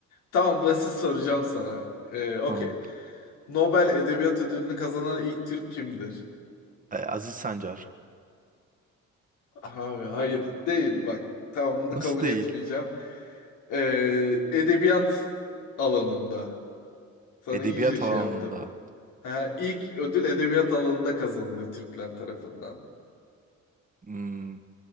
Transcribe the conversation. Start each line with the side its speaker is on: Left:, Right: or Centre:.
Left: Tamam basit soracağım sana. Ee, okey.
Right: Tamam.
Left: Nobel Edebiyat Ödülünü kazanan ilk Türk kimdir?
Right: Ee, Aziz Sancar.
Left: Abi hayır değil bak. Tamam bunu
Right: Nasıl
Left: kabul
Right: değil?
Left: etmeyeceğim. Ee, edebiyat alanında. Sana
Right: Edebiyat
Left: iyice şey
Right: alanında.
Left: yaptım. Ha, ilk ödül edebiyat alanında kazanılıyor Türkler tarafından.
Right: Hmm,